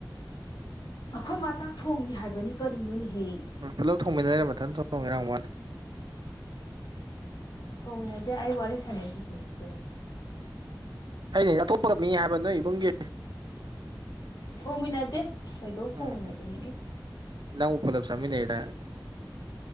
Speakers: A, on the left; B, on the right.
A: ꯑꯈꯣꯏ ꯃꯥ ꯆꯥꯛ ꯊꯣꯡꯉꯤ ꯍꯥꯏꯕꯅꯤ ꯀꯔꯤꯅꯣꯅꯦꯍꯦ
B: ꯄꯨꯂꯞ ꯊꯣꯡꯃꯤꯟꯅꯩꯔ ꯃꯊꯟ ꯊꯣꯡꯉꯤꯔ ꯍꯪꯕꯋꯥꯅꯤ
A: ꯊꯣꯡꯃꯤꯟꯅꯗꯦ ꯑꯩ ꯋꯥꯔꯤ ꯁꯥꯟꯅꯩꯁꯤꯗꯤ ꯀꯩꯅꯅꯤ
B: ꯑꯩꯅ ꯑꯇꯣꯞꯄꯒ ꯃꯤ ꯍꯥꯏꯕ ꯅꯣꯏ ꯏꯕꯨꯡꯒꯤ
A: ꯊꯣꯡꯃꯤꯟꯅꯗꯦ ꯀꯩꯗꯧ
B: ꯎꯝ
A: ꯊꯣꯡꯃꯤꯟꯅꯗꯣꯏꯅꯣ ꯏ
B: ꯅꯪꯕꯨ ꯄꯨꯜꯂꯞ ꯆꯥꯃꯤꯟꯅꯩ ꯑꯗꯥꯏꯅꯦ